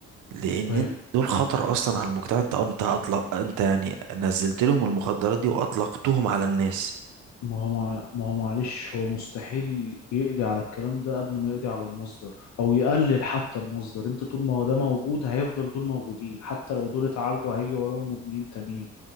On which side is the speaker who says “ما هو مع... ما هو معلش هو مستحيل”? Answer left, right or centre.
Left